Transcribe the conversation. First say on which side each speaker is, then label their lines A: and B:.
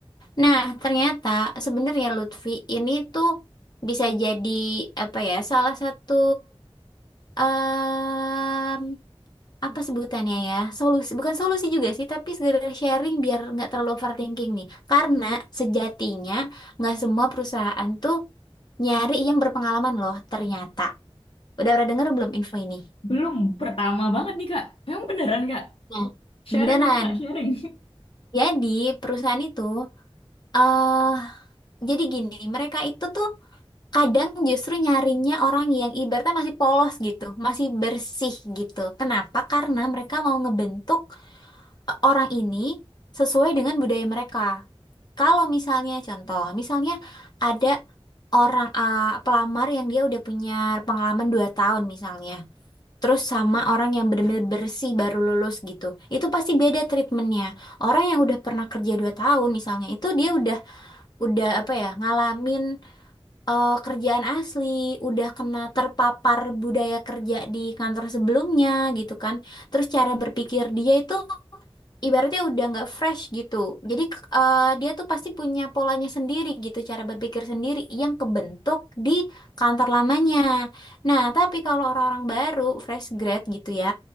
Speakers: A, on the left (about 45°); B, on the left (about 65°).
A: Nah, ternyata sebenarnya Lutfi ini tuh bisa jadi apa ya, salah satu em, apa sebutannya ya, solusi bukan solusi juga sih, tapi sekedar sharing biar nggak terlalu overthinking nih. Karena sejatinya nggak semua perusahaan tuh nyari yang berpengalaman loh. Ternyata udah pernah denger belum info ini?
B: Belum pertama banget nih Kak. Emang beneran Kak?
A: Nah,
B: Sharing
A: beneran.
B: dong Kak, sharing. <laughs>
A: Jadi perusahaan itu, eh jadi gini, mereka itu tuh Kadang justru nyarinya orang yang ibaratnya masih polos gitu, masih bersih gitu. Kenapa? Karena mereka mau ngebentuk eh, orang ini sesuai dengan budaya mereka. Kalau misalnya contoh, misalnya ada orang eh, pelamar yang dia udah punya pengalaman 2 tahun misalnya. Terus sama orang yang benar-benar bersih baru lulus gitu. Itu pasti beda treatmentnya. Orang yang udah pernah kerja 2 tahun misalnya, itu dia udah udah apa ya, ngalamin eh, kerjaan asli, udah kena terpapar budaya kerja di kantor sebelumnya gitu kan. Terus cara berpikir dia itu ibaratnya udah nggak fresh gitu. Jadi k- eh, dia tuh pasti punya polanya sendiri gitu, cara berpikir sendiri yang kebentuk di kantor lamanya. Nah, tapi kalau orang-orang baru, fresh grad gitu ya,